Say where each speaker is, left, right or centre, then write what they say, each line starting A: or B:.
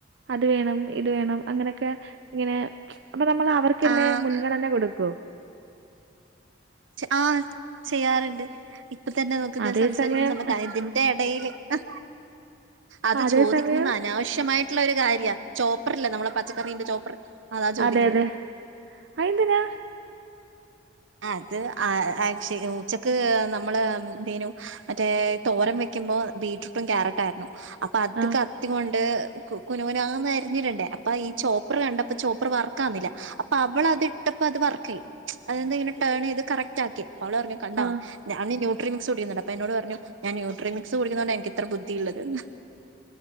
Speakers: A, on the right (about 60°); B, on the right (about 75°).
A: അത് വേണം ഇത് വേണം അങ്ങനെ ക്ക് ഇങ്ങനെ അപ്പൊനമ്മള് അവർക്കല്ലേ
B: ആഹ്
A: മുൻഗണന കൊടുക്കു
B: ആ ചെയ്യാറുണ്ട് ഇപ്പതന്നെ നോക്ക്
A: അതേ
B: ഞാൻ സംസാരിക്കുന്ന
A: സമയം
B: സമയത്ത് അതിന്റെ ഇടേല് അ അത്
A: അതേ
B: ചോദിക്കുന്നത്
A: സമയം
B: അനാവശ്യമായി ട്ടുള്ള ഒരു കാര്യ ചോപ്പറല്ലേ നമ്മള പച്ചക്കറീന്റെ ചോപ്പർ അതാ ചോദിക്കുന്നത്
A: അതെ അതെ അയന്തിനാ?
B: അത് ആ ആക്ഷെ ഉച്ചക്ക് നമ്മള് എന്തേനു മറ്റേ തോരം വെക്കുമ്പോ ബീറ്റ്റൂട്ടും ക്യാരറ്റ് ആയിരുന്നു അപ്പൊ അത്
A: ആ
B: ക ത്തികൊണ്ട് കുനുകുനാന്ന് അരിഞ്ഞിടണ്ടെ അപ്പൊ ഈ ചോപ്പറുകണ്ടപ്പോ ചോപ്പർ വർക്കാവുന്നില്ല അപ്പൊ അവള് അത് ഇട്ടപ്പോ അത് വർക്കായി അതെന്തങ്ങനെ ടേൺ ചെയ്ത് കറക്റ്റ് ആക്കി അവള് പറഞ്ഞ് കണ്ടോ
A: ആ
B: ഞാന് ഞൊ ട്രിംസ് കുടിക്കുന്നുണ്ട് അപ്പൊ എന്നോടുപറഞ്ഞു ഞാന് ന്യൂട്രി മിക്സ് കുടിക്കുന്നോണ്ടാ എനിക്കിത്ര ബുദ്ധിയുള്ളത് എന്ന്